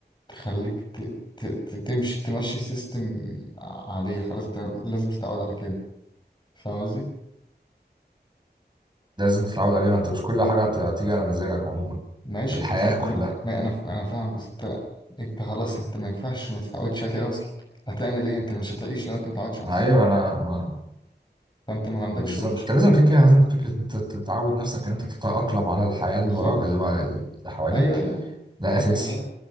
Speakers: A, on the left (about 25°); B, on the right (about 25°).
A: تخليك ت... ت... ت- تمشي تمشي سيستم عليها خلاص ده لازم تتعود على كده فاهم قصدي؟
B: لازم تتعود عليها ما انت مش كل حاجه هت- هتيجي على مزاجك عموما
A: ماشي
B: في الحياه
A: بس انت
B: <laughs>
A: ما...
B: كلها
A: ما انا انا فاهمك بس انت انت خلاص انت ما ينفعش ما تتعودش عليه اصلا هتعمل ايه انت مش هتعيش لو انت ما اتعودتش على
B: ايوه
A: السيستم
B: انا أنا-
A: فانت ما عندكش
B: بالظبط
A: اوبشن
B: انت لازم كده كده لازم فكره إن انت تتعود نفسك ان انت تتاقلم على الحياه
A: بالظبط
B: اللي وراك اللي بقى اللي حواليك
A: ايوه ايوه ايوه.
B: ده
A: انت انت
B: اساسي
A: عارف